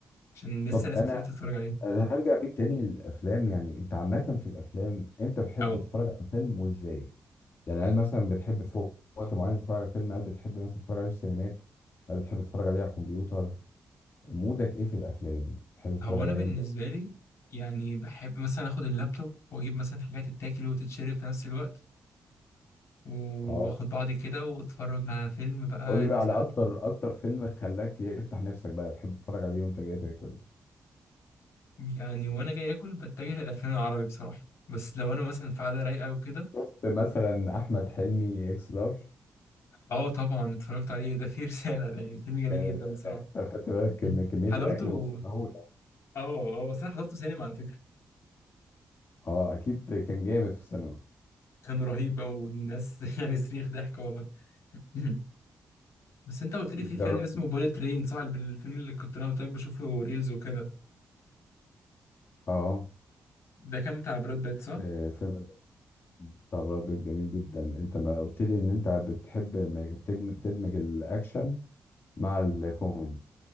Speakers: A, on the left; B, on the left.
A: عشان لسه
B: طب
A: ناس
B: انا
A: كتير تتفرج عليها
B: أنا هرجع بيك تاني للافلام يعني انت عامه في الافلام امتى بتحب
A: أه
B: تتفرج على فيلم وازاي يعني هل مثلا بتحب في وقت معين تتفرج على فيلم هل بتحب مثلا تتفرج عليه في السينمات هل بتحب تتفرج عليه على الكمبيوتر مودك ايه في الافلام بتحب تتفرج
A: هو
B: عليها
A: أنا بالنسبة
B: امتى وإزاي؟
A: لي يعني بحب مثلا آخد اللابتوب وأجيب مثلا حاجات تتاكل وتتشرب في نفس الوقت وآخد
B: اه
A: بعضي كده وأتفرج على فيلم بقى
B: قول
A: يعني
B: لي بقى
A: ساعتين
B: على اكتر اكتر فيلم خلاك يفتح نفسك بقى تحب تتفرج عليه وانت جاي تاكل
A: يعني وأنا جاي آكل بتجه للأفلام العربي بصراحة بس لو أنا مثلا في قعدة رايقة وكده
B: شفت مثلا احمد حلمي اكس لارج
A: اه طبعا اتفرجت عليه ده فيه رسالة ده يعني فيلم جميل
B: ك-
A: جدا بصراحة
B: يعني انت خدت بالك
A: مم.
B: من كميه
A: حضرته
B: الاكل بص اللي هو
A: اه اه بس انا حضرته سينما على فكرة
B: اه اكيد كان جامد في السينما
A: كان رهيب او الناس <laughs> يعني صريخ ضحك والله <clears throat> بس انت قلت لي
B: جر...
A: في فيلم اسمه بوليت ترين صح الفيلم اللي كنت انا قلت لك بشوفه ريلز وكده
B: اه
A: ده كان بتاع براد بيت صح
B: آه، فيلم بتاع براد بيت جميل جدا انت ما قلت لي ان انت بتحب ما تدمج تدمج الاكشن مع الكوميدي